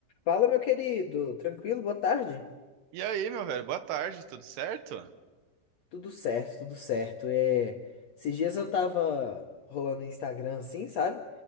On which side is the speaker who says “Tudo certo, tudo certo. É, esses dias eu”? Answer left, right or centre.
Left